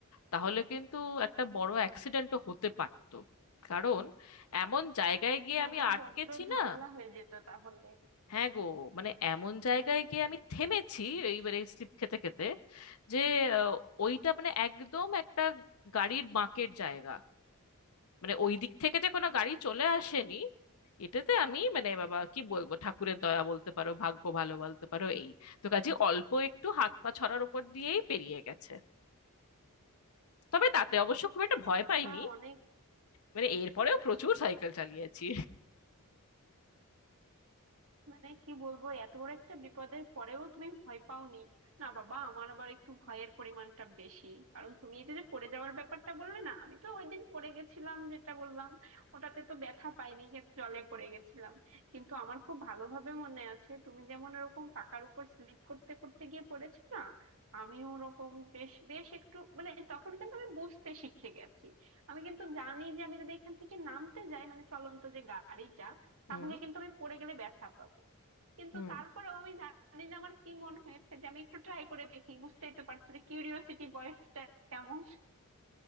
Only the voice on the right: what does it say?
হ্যাঁ
গো
বড্ড ঝামেলা
হয়ে যেত তাহলে
হম
হ্যাঁ অনেক
মানে কি বলবো এত বড় একটা বিপদের পরেও তুমি ভয় পাওনি না বাবা আমার আবার একটু ভয়ের পরিমাণটা বেশি কারণ তুমি এই যে যে পড়ে যাওয়ার ব্যাপারটা বললে না আমি তো ওই দিন পড়ে গেছিলাম যেটা বললাম ওটাতে তো ব্যথা পাইনি কিন্তু জলে পড়ে গেছিলাম কিন্তু আমার খুব ভালোভাবে মনে আছে তুমি যেমন এরকম পাকার উপর স্লিপ করতে করতে গিয়ে পড়েছো না আমিও ওরকম বেশ বেশ একটু মানে তখন কিন্তু আমি বুঝতে শিখে গেছি আমি কিন্তু জানি যে আমি যদি এখান থেকে নামতে যাই মানে চলন্ত যে গাড়িটা তাহলে
কিন্তু আমি পড়ে গেলে ব্যথা পাবো কিন্তু
তারপরেও আমি জানি না আমার কি মনে হয়েছে যে আমি একটু ট্রাই করে দেখি বুঝতেই তো পারছো যে কিউরিওসিটি বয়সটা কেমন